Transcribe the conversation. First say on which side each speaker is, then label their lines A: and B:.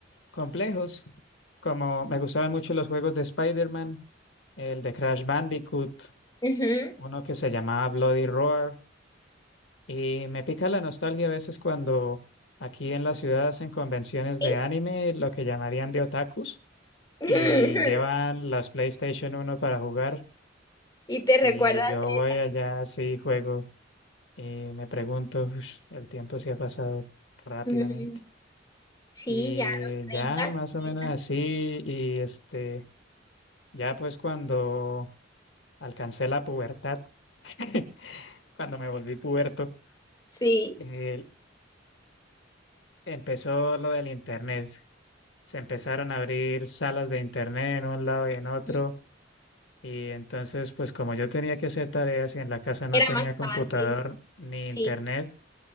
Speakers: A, on the left; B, on the left.
A: complejos, como me gustaban mucho los juegos de Spider-Man, el de Crash Bandicoot.
B: Ujú,
A: uno que se llamaba Bloody Roar y me pica la nostalgia a veces cuando aquí en la ciudad hacen convenciones
B: Sí.
A: de anime, lo que llamarían de otakus,
B: <laughs>
A: y llevan las PlayStation uno para jugar
B: Y te recuerdas
A: y yo
B: de
A: voy
B: esas.
A: allá así juego y me pregunto, "Ush, el tiempo se ha pasado rápidamente.
B: Mm, Sí,
A: Y
B: ya a los 30
A: ya más o
B: sí,
A: menos así y este, ya pues cuando alcancé la pubertad, <laughs> cuando me volví puberto,
B: Sí,
A: eh, empezó lo del internet. Se empezaron a abrir salas de internet en un lado y en otro.
B: Ujú.
A: Y entonces, pues como yo tenía que hacer tareas y en la casa no
B: era
A: tenía
B: más
A: computador
B: fácil.
A: ni
B: Sí.
A: internet,